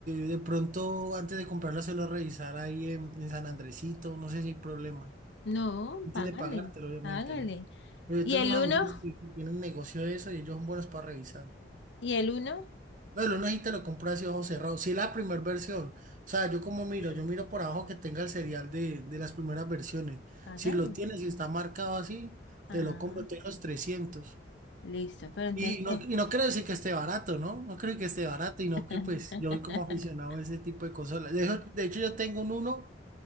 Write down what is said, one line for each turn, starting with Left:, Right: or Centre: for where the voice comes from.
Right: de pronto, antes de comprarlo, se lo revisar ahí en, en San Andresito. No sé si hay problema.
Left: No,
Right: Antes
Left: págale,
Right: de pagártelo, obviamente,
Left: hágale.
Right: ¿no? Pero yo
Left: ¿Y
Right: tengo
Left: el
Right: unos
Left: uno?
Right: amigos que tienen negocio de eso y ellos son buenos para revisar.
Left: ¿Y el uno?
Right: No, lo necesita lo compra así ojo cerrado. Si es la primera versión. O sea, yo como miro,
Left: Sí,
Right: yo miro por abajo que tenga el serial de, de las primeras versiones.
Left: hágale.
Right: Si lo tienes, si está marcado así,
Left: Ajá,
Right: te lo compro, tengo los trescientos
Left: listo, pero entonces...
Right: Y
Left: ¿qué?
Right: no, y no creo decir que esté barato, ¿no? No creo que esté barato y no
Left: <laughs>
Right: que pues yo soy como aficionado a ese tipo de consolas. De hecho, de hecho, yo tengo un uno,